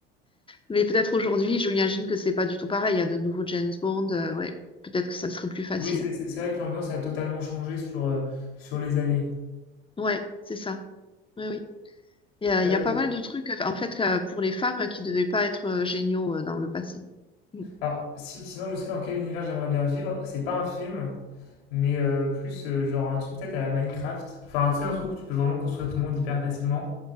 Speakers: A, on the left (about 15°); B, on the left (about 70°).
A: Mais peut-être aujourd'hui, je m'imagine que c'est pas du tout pareil. Il y a de nouveaux James Bond, euh, ouais. Peut-être que ça serait plus facile.
B: Oui, c'est c'est- c'est vrai que l'ambiance a totalement changé sur euh, sur les années.
A: Ouais, c'est ça. Oui, oui. Il y a,
B: Euh,
A: il y a pas mal de trucs, en fait, euh, pour les femmes qui devaient pas être euh, géniaux euh, dans le passé. Mm.
B: Alors, si, sinon, je sais dans quel univers j'aimerais bien vivre. C'est pas un film, mais euh, plus euh, genre un truc peut-être à la Minecraft. Enfin, tu sais, un truc où tu peux vraiment construire ton monde hyper facilement.